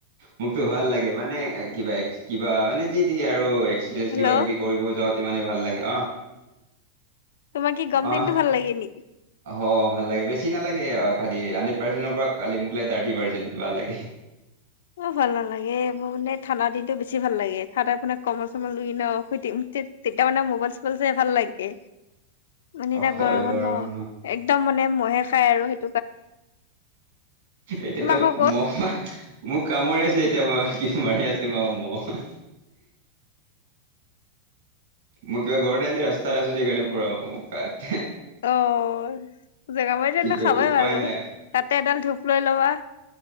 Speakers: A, on the right; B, on the left.
A: মোকতো ভাল লাগে মানে কিবা কিবা মানে যি দি আৰু
B: হেল্ল'
A: কিবা কিবি কৰিব যাওঁতে মানে ভাল লাগে অ।
B: তোমাক কি গৰম
A: অ
B: দিনটো ভাল লাগে নেকি?
A: অ ভাল লাগে বেছি নালাগে আহ খালি হাণ্ড্ৰেড পাৰ্চেণ্টৰ পৰা কালি মোক এটা টি পাৰ্চেন ভাল লাগে।
B: অ ভাল নালাগে মোৰ মানে ঠাণ্ডা দিনটো বেছি ভাল লাগে, ঠাণ্ডা আপোনাক কমল চম্বল লুই ন শুই থাকিম। তেত তেতিয়া মানে মোবাইল চোবাইল চাই ভাল লাগে। মানে
A: অ
B: এতিয়া
A: হয়
B: গৰমত
A: বাৰু
B: ন
A: অ।
B: একদম মানে মহে খাই আৰু সেই
A: এতিয়াতো
B: তোমাক
A: ম
B: আকৌ
A: মোক কামৰি আছে এতিয়া মাৰ কি মাৰি আছে মাৰ মহ। মোক কিবা ঘৰ নাই যে ৰাস্তাত আছো যে কনে পুৰা মহ খায়।
B: অ। জেগামাৰী তেনে
A: কি ক
B: খাবেই
A: উপায়
B: বাৰু,
A: নাই
B: তাতে এডাল ধূপ লৈ ল'বা।